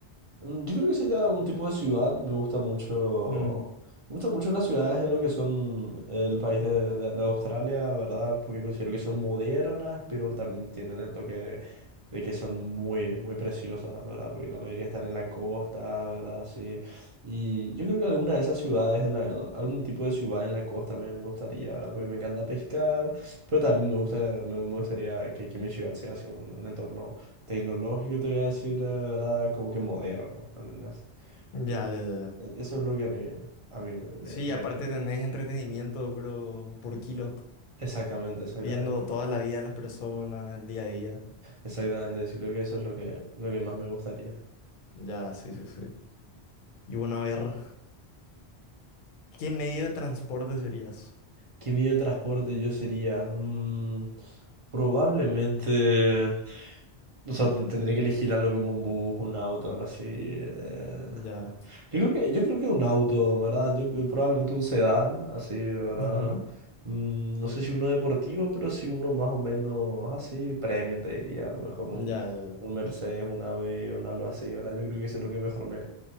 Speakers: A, on the right; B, on the left.
A: Mm, Yo creo que sería un tipo de ciudad. Me gusta mucho.
B: Mm,
A: Me gustan mucho las ciudades en lo que son el país de, de- de Australia, ¿verdad? Porque considero que son modernas, pero también tienen el toque de que son muy, muy preciosas, ¿verdad? Porque la mayoría están en la costa, ¿verdad? Sí. Y yo creo que alguna de esas ciudades, en la- algún tipo de ciudad en la costa me, me gustaría, ¿verdad? Porque me encanta pescar, pero también me gusta, me, me gustaría que, que mi ciudad sea así un, un entorno tecnológico, te voy a decir era como que moderno, ¿entendés?
B: ya,
A: Como que
B: ya, ya, ya.
A: e- eso es lo que a mí, a mí me, me-
B: Sí,
A: me-
B: aparte tenés entretenimiento, pero por kilo,
A: Exactamente, exactamente.
B: viendo toda la vida de las personas, el día a día.
A: Exactamente, es- creo que eso es lo que, lo que más me gustaría.
B: Ya, sí, sí, sí. Y bueno, a ver, ¿qué medio de transporte serías?
A: ¿Qué medio de transporte yo sería? Mm, probablemente... O sea, te- tendría que elegir algo como un bus, un auto, algo así. eh,
B: Ya.
A: Yo creo que, yo creo que un auto, ¿verdad? Yo, creo- probablemente un sedán, así, ¿verdad?
B: Ujú.
A: Mm, no sé si uno deportivo, pero sí uno más o menos así, premium, te diría. A lo mejor
B: Ya,
A: un,
B: ya, ya.
A: un Mercedes, un Audi, un algo así, ¿verdad? Yo creo que eso es lo que mejor me,